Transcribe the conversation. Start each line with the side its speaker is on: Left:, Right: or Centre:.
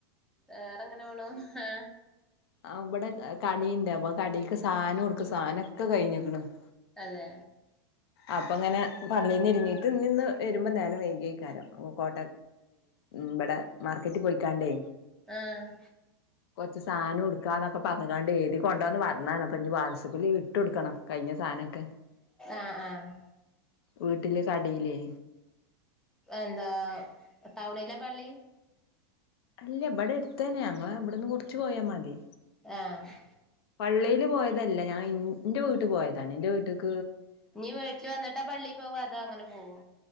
Centre: വേറെങ്ങനെ വേണോ ഉം ആ
Left: ആ ഉബ്വിടെ കടീണ്ട് അപ്പ കട സാനോട്ക്ക സാനൊക്കെ കഴിഞ്ഞിണ് <inaudible>
Centre: അതെ
Left: അപ്പ ങ്ങനെ പള്ളീന്ന് ഇരിങ്ങീട്ട് ഇ ഇന്ന് വരുമ്പോ ഞൻ വൈകിയായി കാരം കോട്ട ഇബടെ മാർക്കറ്റ് പോയിക്കാണ്ടേ
Centre: ആഹ്
Left: കൊറ്ച്ച് സാ നോട്ക്കാന്നൊക്കെ പറഞ്ഞത് കണ്ട് എഴുതി കൊണ്ടോന്ന് പറഞ്ഞതാണ് അപ്പൊ ഇനി വാട്സപ്പില് വിട്ടൊടുക്കണം കഴിഞ്ഞ സാനൊക്കെ
Centre: ആഹ്ആഹ്
Left: വീട്ടില് കടയിലേ
Centre: എന്താ ടൗണില പ്പള്ളി
Left: അല്ല ഇബടെ എടുത്തെന്നെ ഞങ്ങളെ ഇബ്ടെന്ന് കൊറ്ച്ച്പോയാ മതി
Centre: ആഹ്
Left: പള്ളിയിൽ പോയതല്ല ഞാൻ ഇൻ്റെ വീട്ട്ക്ക് പോയതാണ് ൻ്റെ വീട്ടിക്
Centre: ഞ്ഞ് വീട്ടില് വന്നിട്ട പള്ളി പോവ അതോ അങ്ങനെ പോവോ